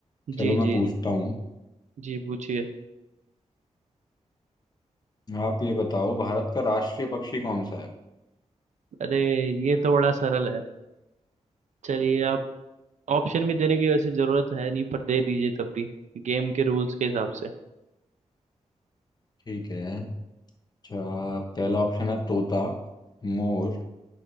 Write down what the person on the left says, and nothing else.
चलो मैं
पूछता
हूँ
आप ये बताओ भारत का राष्ट्रीय पक्षी कौन सा है
ठीक है अच्छा पहला ऑप्शन है तोता मोर